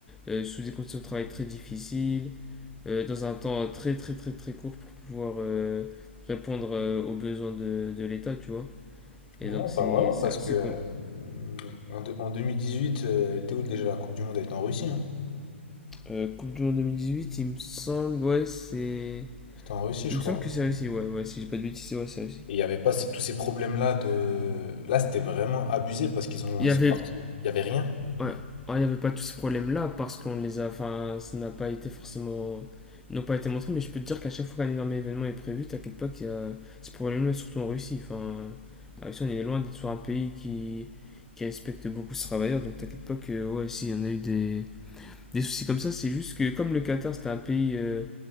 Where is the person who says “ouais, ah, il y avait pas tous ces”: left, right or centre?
Centre